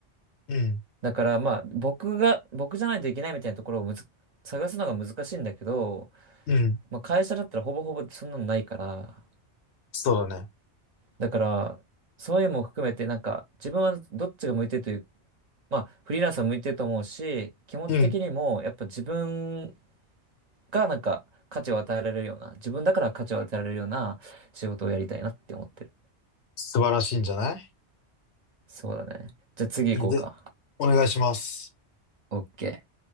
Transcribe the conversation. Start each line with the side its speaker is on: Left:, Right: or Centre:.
Left: うん。
Right: だからまあ僕が、僕じゃないといけないみたいなところをむず、探すのが難しいんだけど、
Left: うん。
Right: まあ、会社だったらほぼほぼそんなのないから、
Left: そうだね。
Right: だから、そういうのも含めて、なんか、自分はどっちが向いてるという、まあ、フリーランスは向いてると思うし、気持ち的にも、
Left: うん。
Right: やっぱ自分がなんか、価値を与えられるような、自分だから価値を与えられるような仕事をやりたいなって思ってる。
Left: 素晴らしいんじゃない
Right: そうだね。じゃあ次行こうか。
Left: いいで、お願いします。
Right: OK。